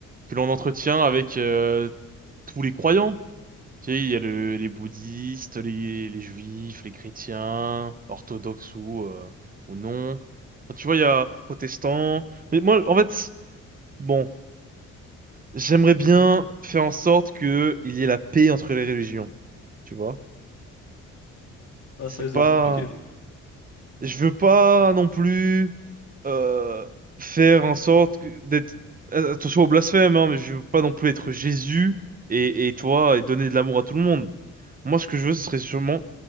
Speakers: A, on the right; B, on the left.
A: que l'on entretient avec euh, tous les croyants. Tu sais, il y a le- les bouddhistes, les, les juifs, les chrétiens, orthodoxes ou, euh, ou non. Enfin, tu vois, il y a protestants. Mais moi, en fait, bon, j'aimerais bien
B: Oui.
A: faire en sorte que il y ait la paix entre les religions, tu vois.
B: Ah,
A: C'est
B: ça risque
A: pas...
B: d'être compliqué.
A: Je veux pas non plus euh, faire en sorte que- d'être... euh, Attention au blasphème, hein, mais je veux pas non plus être Jésus et, et toi, et donner de l'amour à tout le monde. Moi, ce que je veux, ce serait sûrement